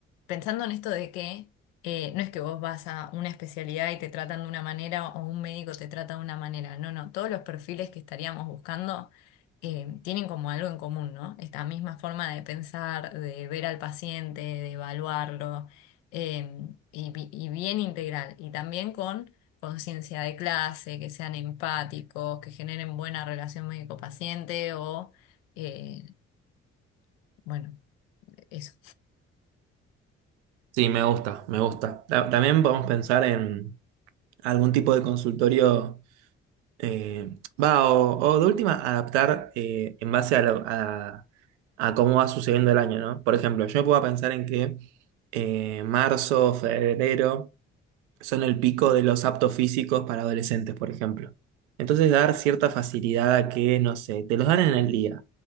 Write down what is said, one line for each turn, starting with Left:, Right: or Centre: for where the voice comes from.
Left: pensando en esto de que eh, no es que vos vas a una especialidad y te tratan de una manera o un médico te trata de una manera. No, no, todos los perfiles que estaríamos buscando eh, tienen como algo en común, ¿no? Esta misma forma de pensar, de ver al paciente, de evaluarlo eh, y, bi- y bien integral. Y también con conciencia de clase, que sean empáticos, que generen buena relación médico-paciente o, eh, bueno, eso.
Right: Sí, me gusta, me gusta. Ta- También podemos pensar en algún tipo de consultorio Eh, va, o, o de última, adaptar eh, en base a, lo- a, a cómo va sucediendo el año, ¿no? Por ejemplo, yo puedo pensar en que eh, marzo, febrero son el pico de los aptos físicos para adolescentes, por ejemplo. Entonces, dar cierta facilidad a que, no sé, te los dan en el día.